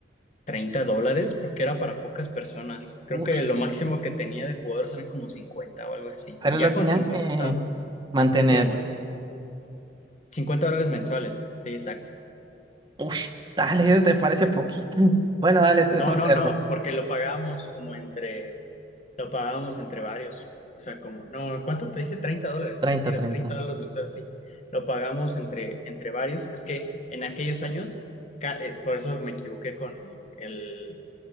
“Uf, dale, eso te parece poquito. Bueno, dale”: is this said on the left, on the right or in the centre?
Right